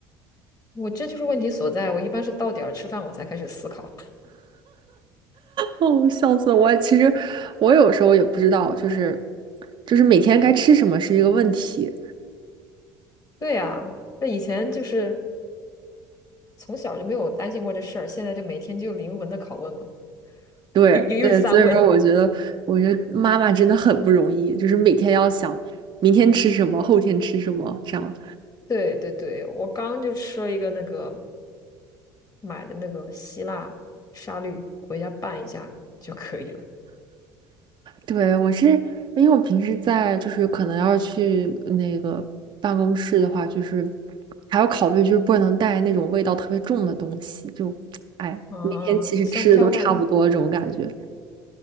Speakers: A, on the left; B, on the right.
A: 我这就是问题所在。我一般是到点儿吃饭，我才开始思考。
B: 哦，笑死了我！其实我有时候也不知道，就是就是每天该吃什么是一个问题。
A: 对呀，那以前就是从小就没有担心过这事儿，现在就每天就灵魂的拷问嘛，
B: 对对，
A: 一一日三问。
B: 所以说我觉得，我觉得妈妈真的很不容易，就是每天要想明天吃什么，后天吃什么，这样。
A: 对对对，我刚刚就吃了一个那个买的那个希腊沙律，回家拌一下就可以了。
B: 对，我是因为我平时在就是可能要是去那个办公室的话，就是还要考虑就是不能带那种味道特别重的东西，就哎，
A: 啊，
B: 每天其实吃的都差不多这种感觉。
A: 香飘万里。